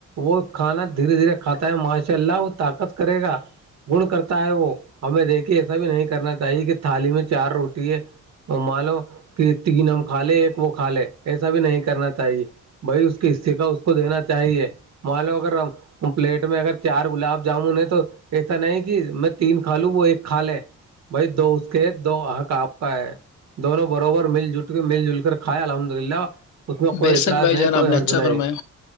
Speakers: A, on the right; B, on the left.
A: وہ کھانا دھیرے دھیرے کھاتا ہے ماشاء اللہ وہ طاقت کرے گا گن کرتا ہے وہ ہمیں دیکھیے ایسا بھی نہیں کرنا کہ تھالی میں چار روٹی ہے مان لو کہ تین ہم کھا لے ایک وہ کھا لے ایسا بھی نہیں کرنا چاہیے بھائی اس کی استفا اس کو دینا چاہیے م لو اگر ہم <unintelligible> پلیٹ میں اگر چار گلاب جامن ہے تو ایسا نہیں کہ میں تین کھا لوں وہ ایک کھا لے بھائی دو اس کے دو اک آپ کا ہے <unintelligible> دونوں بربر مل جل کے مل جل کر کھائے الحمد للہ اس میں کوئی
B: بے
A: اطراض
B: شک بھائی
A: نہیں
B: جان آپ
A: کوئی
B: نے
A: حرض
B: اچھا
A: نہیں
B: فرمایا